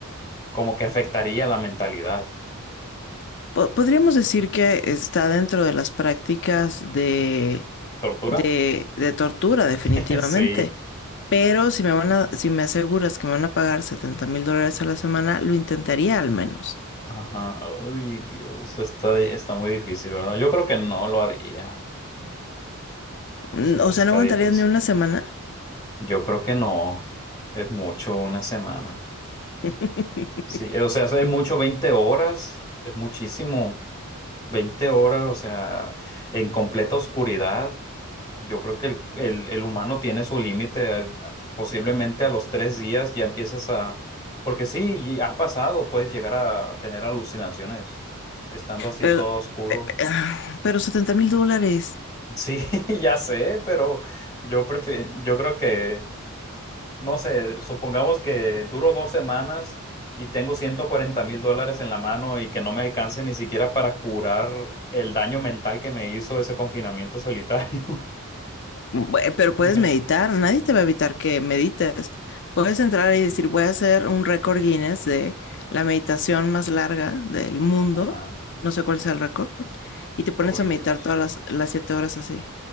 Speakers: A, on the left; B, on the left.
A: como que afectaría la mentalidad.
B: Po- podríamos decir que está dentro de las prácticas de,
A: ¿Tortura?
B: de, de tortura, definitivamente.
A: <laughs> Sí.
B: Pero si me van a, si me aseguras que me van a pagar setenta mil dólares a la semana, lo intentaría al menos.
A: Ajá. Ay, Dios, está, di- está muy difícil, ¿verdad? Yo creo que no lo haría.
B: Mm,
A: Sí,
B: O
A: está
B: sea, no aguantaría
A: difícil.
B: ni una semana.
A: Yo creo que no. Es mucho una semana.
B: <laughs>
A: Sí, eh, o sea, es mucho 20 horas. Es muchísimo. veinte horas, o sea, en completa oscuridad. Yo creo que el, el- el humano tiene su límite. eh, Posiblemente a los tres días ya empiezas a... Porque sí, y ha pasado, puedes llegar a tener alucinaciones. Estando así
B: Pero,
A: todo oscuro.
B: pe- pe- ah, pero 70 mil dólares.
A: Sí, <laughs> ya sé, pero yo prefiero, yo creo que, no sé, supongamos que duro dos semanas y tengo ciento cuarenta mil dólares en la mano y que no me alcance ni siquiera para curar el daño mental que me hizo ese confinamiento solitario.
B: Bue- Pero
A: <laughs>
B: puedes meditar, nadie te va a evitar que medites. Puedes entrar y decir, voy a hacer un récord Guinness de la meditación más larga del mundo,
A: Ajá.
B: no sé cuál sea el récord, y te pones
A: Ay,
B: a meditar
A: Dios.
B: todas las, las siete horas así.